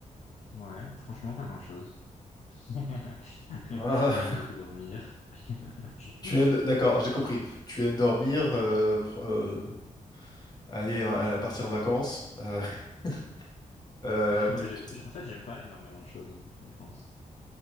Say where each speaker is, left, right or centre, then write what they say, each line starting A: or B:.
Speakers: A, on the left; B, on the left.
A: Ouais, franchement, pas grand-chose. <laughs>
B: Ah,
A: J'aime beaucoup dormir. <laughs>
B: <laughs> tu aimes, d'accord, j'ai compris. Tu aimes dormir, euh, pro- euh, Aller euh, partir en vacances. euh, <laughs> euh,
A: Ouais,
B: peut-
A: j'ai-
B: peut-
A: j'ai- en fait, j'aime pas énormément de choses, au fond, je pense.